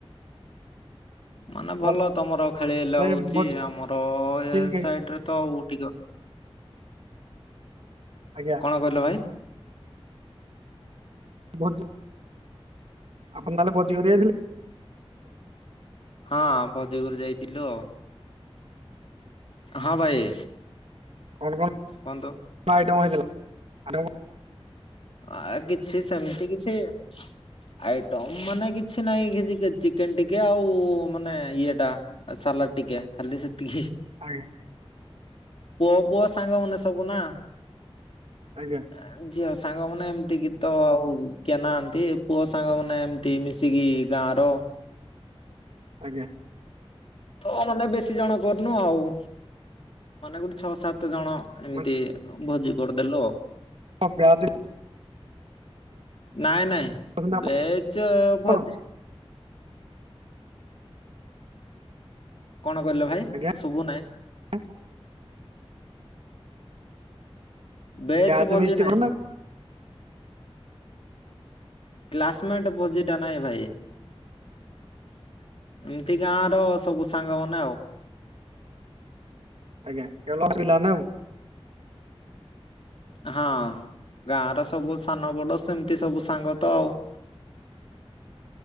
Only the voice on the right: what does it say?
ଆପଣ
ନହେଲେ
ଭୋଜି
ଖାଇ-
ଆଜ୍ଞା।
ଭୋଜି ଆପଣ ତାହେଲେ ଭୋଜି କରିଯାଇଥିଲେ?
କଣ କ ଣ?
କଣ ଆଇଟମ୍ ହେଇଥିଲା? ଆଇଟମ
ଆଜ୍ଞା।
ଆଜ୍ଞା।
ଆଜ୍ଞା।
ମାନେ
ହଁ ବ୍ୟାଚ୍ ବି
କରୁଛନ୍ତି
ଆପଣ
ଆଜ୍ଞା
<unintelligible>
ବ୍ୟାଚ୍
ଫିଷ୍ଟ
କରୁନା
ଆଜ୍ଞା କେବଳ <unintelligible> ପିଲାନା ଆଉ